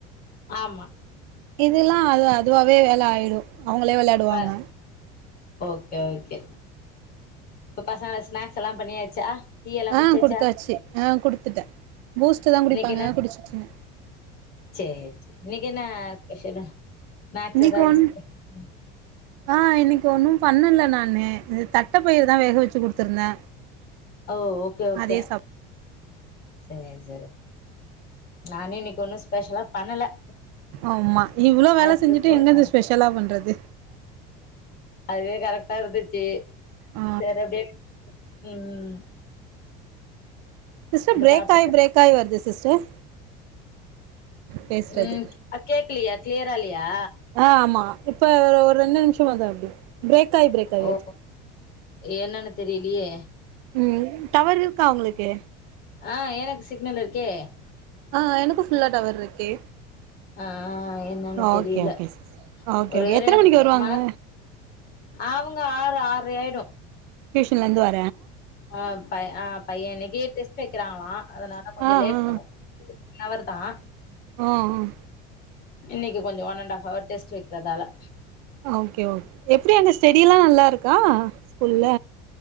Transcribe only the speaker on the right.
இதுல்லா அது அதுவா வேல ஆயிரும் அவுங்களே வெளையாடுவாங்க
ஆ குடுத்தாச்சு ஆ குடுத்துட்டே பூஸ்ட் தா குடிப்பாங்க்
குடிச்சுட்டுங்க
இன்னைக்கு
ஒன்
ஆ இன்னைக்கு ஒன்னும் பண்ணல நானு இது தட் தட்ட பயிறு தா வேக வச்சு குடுத்துருந்தே
அதே சாப்
ஆமா இவ்வளவு வேல
செஞ்சுட்டு
எங்கந்து
ஸ்பெஷலா பண்றது
ஆ
சிஸ்டர் பிரேக்
ஆயி பிரேக் ஆயி வருது சிஸ்டர் பேசுறது
ஆ ஆமா இப்ப ஒரு ரெண்டு நிமிஷமாதா அப்டி பிரேக் ஆயி பிரேக் ஆயி
வருது
உம் டவரு இருக்கா உங்களுக்கு
ஆஹ் எனக்கும் ஃபுல்லா டவர் இருக்கே
ஓகே ஓகே சிஸ் ஓகே
ஓகே
எத்தன மணிக்கு வருவாங்க
டியூஷன்லந்து வ
ஆ
ஆ
ஆஹ் ஆஹ்
ஓகே ஓகே எப்படி அங்க ஸ்டடி எல்லா நல்லா இருக்கா ஸ்கூல்ல